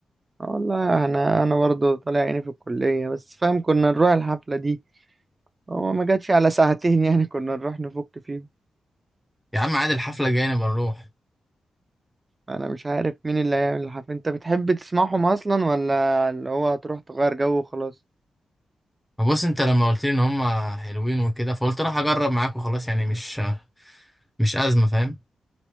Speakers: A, on the right (about 25°); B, in the centre.
A: آه والله انا انا برضه طالع عيني في الكليه بس فاهم كنا نروح الحفله دي هو ما جاتش على ساعتين <laughs> يعني كنا نروح نفك فيهم
B: يا عم عادي الحفله الجايه نبقى نروح
A: انا مش عارف مين اللي هيعمل الحفلة انت بتحب تسمعهم اصلا ولا اللي هو هتروح تغير جو وخلاص
B: ما بص انت لما قلت لي ان هم حلوين وكده فقلت راح اجرب معاك وخلاص يعني مش مش ازمه فاهم